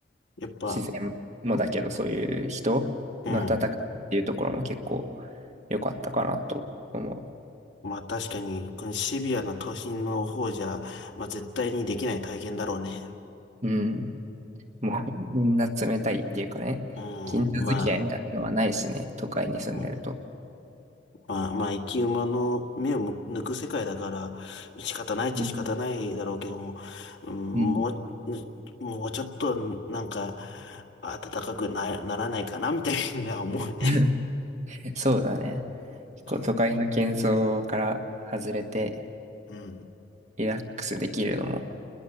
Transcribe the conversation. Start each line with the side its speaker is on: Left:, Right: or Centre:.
Left: やっぱ、
Right: 自然もだけど、そういう人の温かさっていうところも結構
Left: うん。
Right: 良かったかなと思
Left: まあ確かに、このシビアな都心の方じゃ、まあ絶対にできない体験だろうね。
Right: う。うん。もう、みんな冷たいっていうかね、
Left: う
Right: 近所付き合いみたいなのはないしね、
Left: ん。まあ、
Right: 都会に住んでると。
Left: うん、まあ、まあ、生き馬の目をむ抜く世界だから、仕方ないっちゃ仕方ないだろうけども、
Right: うん。
Left: うん、
Right: うん。
Left: もう、もうちょっと、なんか、暖かくな、ならないかな、みたいな思うね。
Right: <laughs> <laughs> そうだね。結構都会の喧騒から外れて
Left: そう、うん、
Right: リラックスできるのも